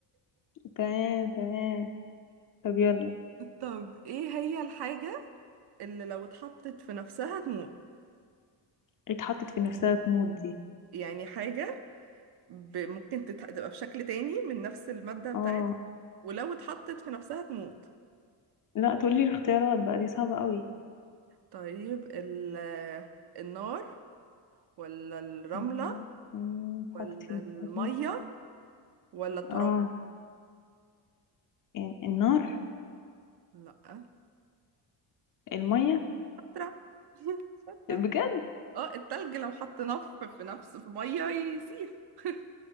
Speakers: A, on the left; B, on the right.
A: تمام تمام طب يلا
B: <laughs> طب إيه هي الحاجة اللي لو اتحطت في نفسها تموت
A: اتحطت في نفسها تموت دي
B: يعني حاجة ب... ممكن تت... تبقى في شكل تاني من نفس المادة بتاعتها
A: اه
B: ولو اتحطت في نفسها تموت
A: لا تقولي الاختيارات بقى دي صعبة قوي
B: طيب ال... النار ولا الرملة
A: مم، مم، اتحطت
B: ولا
A: في نفسها
B: المية
A: تموت
B: ولا التراب
A: اه ال- النار
B: لا
A: المية
B: التراب <laughs>
A: بجد
B: اه التلج لو حط نف في نفس في ميه يسيح <laughs>